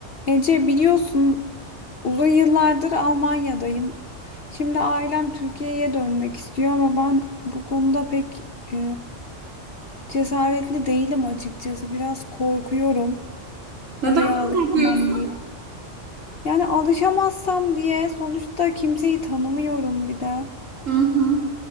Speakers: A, on the left; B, on the right.
A: Ece biliyorsun uzun yıllardır Almanya'dayım. Şimdi ailem Türkiye'ye dönmek istiyor ama ben bu konuda pek e, cesaretli değilim açıkçası. Biraz korkuyorum
B: Neden
A: oraya alışamam
B: korkuyorsun?
A: diye. Yani alışamazsam diye sonuçta kimseyi tanımıyorum bir de.
B: Hı hı.